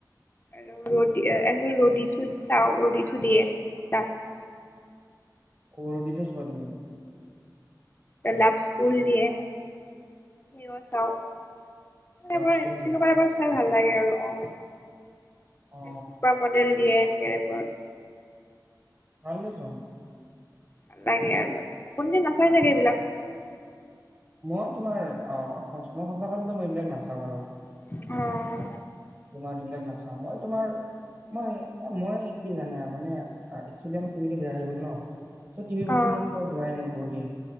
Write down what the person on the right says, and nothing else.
অ বিজেছ চোৱা তুমি
লাভ
স্কুল
ডে
অ
ভাল লে চোৱা নাই
মই তোমাৰ অ মই সঁচা কলে তো মই এইবিলাক নাচাওঁ আৰু
তোমাৰ এইবিলাক নাচাও মই তোমাৰ মই মই কি জানা মানে একস্বলি আমাৰ টিভিটো বেয়া হৈ গল ন চ টিভি বস্তু
মই তোমাৰ চোৱাই নাই বহুদি